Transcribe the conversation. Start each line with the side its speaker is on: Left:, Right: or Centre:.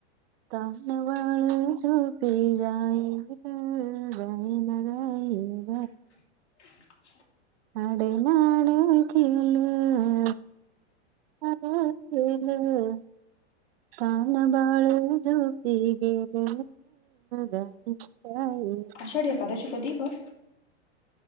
Right: तान बाळ झोपी जाई गाणं गाई रायणार
Left: <inaudible>
Right: आई. आडे नाड खेळं. आडे नाड खेळ. ताने बाळ झोपी गेले ग गई गई
Left: आषाढी एकादशी कधी आहे ग?